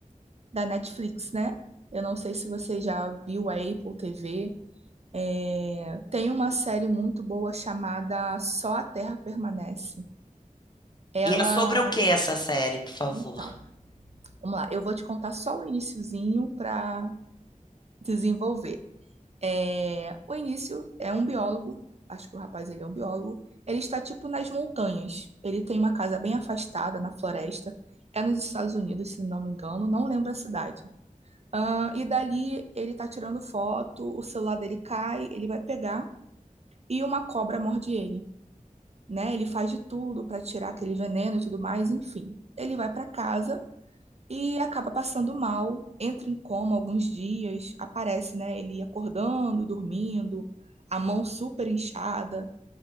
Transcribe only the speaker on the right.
da Netflix, né? Eu não sei se você já viu a Apple TV. É, tem uma série muito boa chamada Só a Terra Permanece. Ela.
Então, vamos lá, eu vou te contar só o iniciozinho para desenvolver. É, o início é um biólogo, acho que o rapaz ele é um biólogo. Ele está tipo nas montanhas. Ele tem uma casa bem afastada na floresta. É nos Estados Unidos, se não me engano, não lembro a cidade. Ahn, e dali ele tá tirando foto, o celular dele cai, ele vai pegar e uma cobra morde ele, né? Ele faz de tudo para tirar aquele veneno e tudo mais, enfim. Ele vai para casa e acaba passando mal, entra em coma alguns dias, aparece, né, ele acordando e dormindo, a mão super inchada.